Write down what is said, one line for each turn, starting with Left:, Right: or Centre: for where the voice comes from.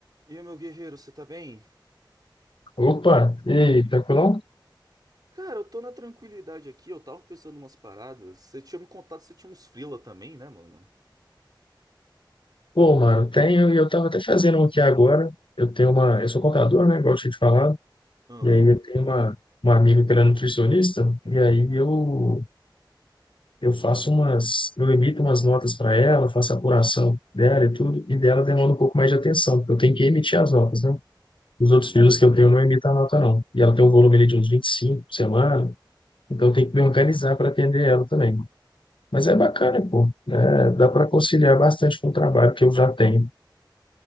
Right: E aí, meu guerreiro, você tá bem?
Left: Opa, e aí, tranquilão?
Right: Cara, eu tô na tranquilidade aqui, eu tava pensando umas paradas. Você tinha me contado que você tinha uns freela também, né, mano?
Left: Pô, mano, eu tenho, e eu tava até fazendo um aqui agora. Eu tenho uma, eu sou contador, né? Igual eu tinha te falado.
Right: Aham,
Left: E aí eu tenho uma, uma amiga que ela é nutricionista, e aí eu, eu faço umas, eu emito umas notas para ela, faço a apuração dela e tudo, e dela demanda um pouco mais de atenção, porque eu tenho que emitir as notas, né? Os
Right: sim.
Left: outros filhos que eu tenho não emitem a nota, não. E ela tem um volume ali de uns 25 por semana, então eu tenho que me organizar para atender ela também. Mas é bacana, pô. né? dá para conciliar bastante com o trabalho que eu já tenho.